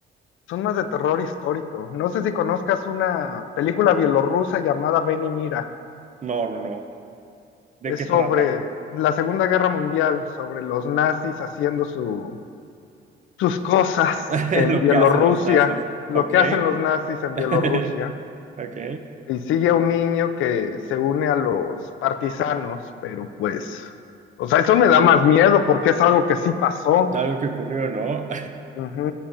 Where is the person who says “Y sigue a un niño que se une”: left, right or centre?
Left